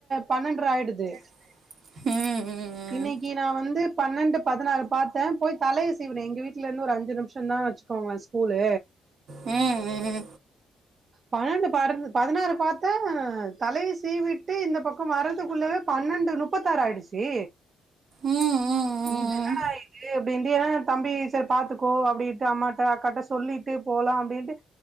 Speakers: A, on the right; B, on the right.
A: பன்னெண்ட்ற ஆயிடுது
B: ம் ம் ம்
A: இன்னைக்கி நா வந்து பன்னெண்டு பதினாறு பாத்தே போய் தலைய சீவனே எங்க வீட்டுலருந்து ஒரு அஞ்சு நிம்ஷந் தா வெச்சி க்கோங்களே ஸ்கூலு
B: ம் ம் ம்
A: பன்னெண்டு பரந் பதினாறு பாத்த தலைய சீவீட்டு இந்த பக்கம் வரதுக்குள்ளவே பன்னெண்டு மநுப்பத்தாறு ஆயிடுச்சி
B: ம் ம்
A: இது என்னடா
B: ம்
A: இது அப்டின்டு ஏனா தம்பி சரி பாத்துக்கோ அப்டிட்டு அம்மாட்ட அக்காட்ட சொல்லிட் டே போலா அப்டின்ட்டு